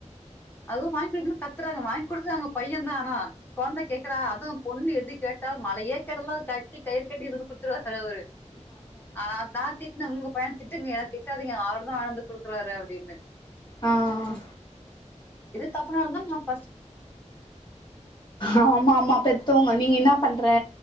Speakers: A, on the left (about 15°); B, on the left (about 40°).
A: அதுவு வாங்கிட்டு வந்து கத்றாங்க வாங்கி குடுத்தது அவுங்க பையன்தா ஆனா கொழந்த கேக்றா அதுவு பொண்ணு எது கேட்டா மலையே கேட்டாலு அது கட்டி கயிற் கட்டி இதுனு குடுத்துருவாரு அவரு அதா திட்ன உங்க பையன திட்டுங்க ஏ திட்டாதிங்க அவர் தா வாந்து குடுக்கறாரு அப்டினு
B: ஆ ஆ
A: தப்பு நடந்தாலு நம்
B: ஆமாமா பெத்தோவோங்க நீ இங்க என்னா பண்ற